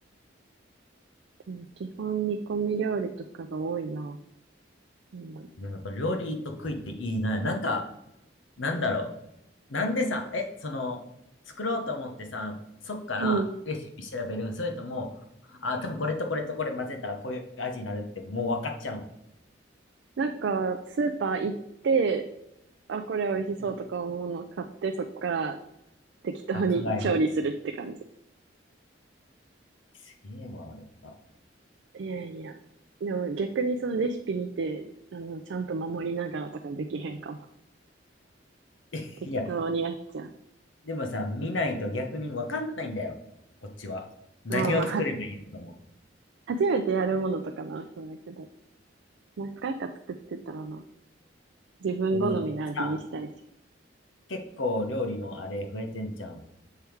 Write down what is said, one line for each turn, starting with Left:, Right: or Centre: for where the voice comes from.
Right: うん基本煮込み料理とかが多いな。今
Left: でもやっぱ料理と食いっていいな。なんか、なんだろう。なんでさ、え、その、作ろうと思ってさ、そっからレシピ調べるんそれとも、
Right: うん。
Left: あ、多分これとこれとこれ混ぜたらこういう味になるってもう分かっちゃうん。
Right: なんか、スーパー行って、あ、これ美味しそうとか思うのを買って、
Left: うん
Right: そっから適当に
Left: あ、考える。
Right: <laughs> 調理するって感じ。
Left: すげえわ、やっぱ。
Right: いやいや。でも逆にそのレシピ見て、あの、ちゃんと守りながらとかできへんかも。
Left: いや、
Right: 適当にやっちゃ
Left: でもさ、見ないと逆に分かんないんだよ。こっちは。何を作ればいいのかも。
Right: う。まあまあ、は、初めてやるものとかな、そうだけど。何回か作ってたらな。自分好みの味にしたいし。
Left: でもさ、結構料理のあれ増えてんじゃん。